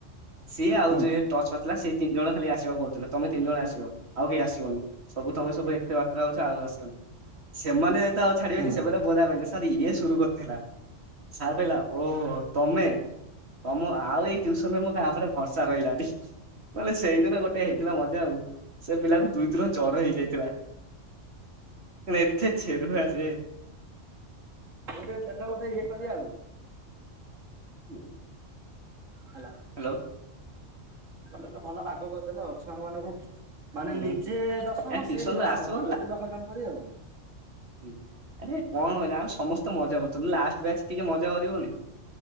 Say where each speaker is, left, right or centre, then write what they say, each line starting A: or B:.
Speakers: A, on the right; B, on the right.
A: ସିଏ ଆଉ
B: ହୁଁ
A: ଯୋଉ ଟଚ୍ ଥିଲା ସିଏ ତିନି ଜଣ ଖାଲି ଆସିବାକୁ କହୁଥିଲା ତମେ ତିନି ଜଣ ଆସିବ। ଆଉ କେହି ଆସିବନି ସବୁ ତମେ ସବୁ ଏତେ ବାତରା ହଉଛ ଆଉ ଆସିବନି। ସେମାନେ ତ ଆଉ ଛାଡିବ
B: ହୁଁ
A: ସେମାନେ ବ କହିଲେ ସାର୍ ଇଏ ସୁରୁ କରିୁଥିଲା। ସାର କହିଲା ଓହୋ ତମେ। ତମ ଆଉ ଏଇ ଟ୍ୟୁସନରେ ମୋ କାହା ଉପରେ ଭରସା ରହିଲାନି। ମାନେ ସେଇଦିନ ଗୋଟେ ହେଇଥିଲା ମଜା ଆଉ ସେ ପିଲାକୁ ଦୁଇ ଦିନ ଜର ହେଇଯାଇଥିଲା। ଏଥେ ଛେରୁଆ ଯେ।
B: ଗୋଟେ ଦେଲ ବୋଧେ ଇଏ କରିବା ଆଉ।
A: ହୁଁ।
B: ହେଲୋ।
A: ହ୍ୟାଲୋ।
B: <unintelligible> ଭଲ ବାଗ କରିଦେଲ ଛୁଆଙ୍କ ମାନଙ୍କୁ। ମାନେ
A: ହୁଁ
B: ନିଜେ ଦଶମ
A: ଆ ଟ୍ୟୁସନରୁ
B: ସିଏ ବି ଦଶମ
A: ଆସିବ
B: ତାକୁ ଦେଲେ ହଇରାଣ କରି ଆଉ।
A: ହଁ ଆରେ କଣ ହଇରାଣ ଆମେ ସମସ୍ତେ ମଜା କରୁଥିଲୁ ଲାଷ୍ଟ ବ୍ୟାଚ ଟିକେ ମଜା କରିବୁନି।